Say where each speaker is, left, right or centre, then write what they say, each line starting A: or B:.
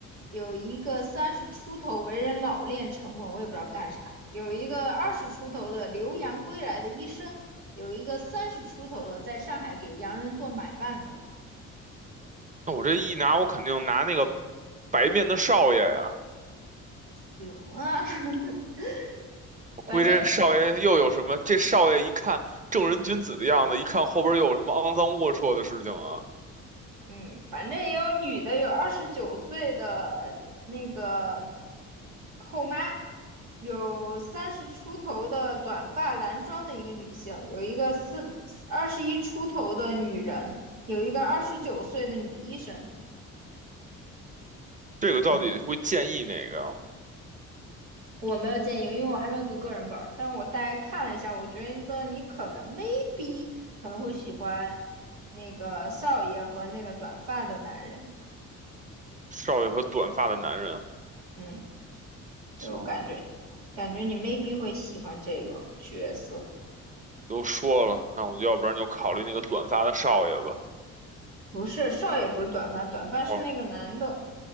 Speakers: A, on the right; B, on the right.
A: 有一个三十出头为人老练沉稳，我也不知道干啥的，有一个二十出头的留洋归来的医生，有一个三十出头的在上海给洋人做买办的。
B: 那我这一拿，我肯定拿那个白面的少爷呀。
A: 有啊，<laughs>
B: 我估计这少爷又有什么？
A: 反正
B: 这少爷一看正人君子的样子，一看后边又有什么肮脏龌龊的事情啊？
A: 嗯，反正也有女的，有二十九岁的那个后妈，有三十出头的短发男装的一个女性，有一个四二十一出头的女人，有一个二十九岁的女医生。
B: 这个到底会建议哪个呀？
A: 嗯，我没有建议，因为我还没有读个人本儿，但我大概看了一下，我觉得你可能 maybe 可能会喜欢那个少爷和那个短发的男人。
B: 少爷和短发的男人，
A: 嗯。对，
B: 行，
A: 我感觉，感觉你 maybe 会喜欢这个角色。
B: 都说了，那我就要不然就考虑那个短发的少爷吧。
A: 不是，少爷不是短发，短发是那个男的。
B: 哦，